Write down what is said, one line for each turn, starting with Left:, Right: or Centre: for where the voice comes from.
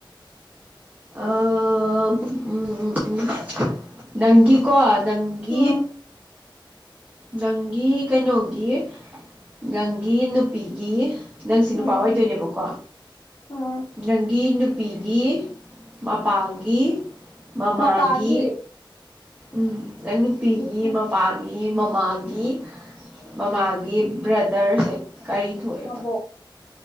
Right: ꯑ ꯎꯝ ꯎꯝ ꯅꯪꯒꯤ ꯀꯣ ꯅꯪꯒꯤ
Left: ꯎꯝ
Right: ꯅꯪꯒꯤ ꯀꯩꯅꯣꯒꯤ ꯅꯪꯒꯤ ꯅꯨꯄꯤꯒꯤ ꯅꯪꯁꯤ ꯅꯨꯄꯥ
Left: ꯎꯝ
Right: ꯑꯣꯏꯗꯣꯏꯅꯦꯕꯀꯣ
Left: ꯎꯝ
Right: ꯅꯪꯒꯤ ꯅꯨ ꯅꯨꯄꯤꯒꯤ ꯃꯄꯥꯒꯤ ꯃꯃꯥꯒꯤ
Left: ꯃꯄꯥꯒꯤ
Right: ꯎꯝ ꯅꯪ ꯅꯨꯄꯤꯒꯤ
Left: ꯅꯨꯄꯤ
Right: ꯃꯄꯥꯒꯤ ꯏ ꯃꯛ ꯃꯥꯒꯤ ꯃꯃꯥꯒꯤ ꯕ꯭ꯔꯗꯔꯁꯦ ꯀꯩ ꯊꯣꯛꯑꯦꯕ
Left: ꯃꯕꯣꯛ